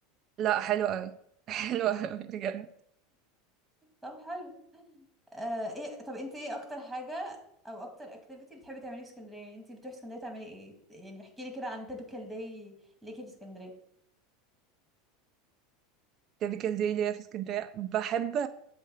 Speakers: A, on the right; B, in the centre.
A: لا حلو أوي <laughs> حلو أوي بجد
B: طب حلو آه ايه طب انت ايه اكتر حاجة او اكتر اكتيفيتي بتحبي تعمليه في اسكندرية انت بتروحي اسكندرية تعملي ايه يعني احكي لي كده عن typical day ليكي في اسكندرية
A: تيبيكال دي ليا في اسكندرية بحب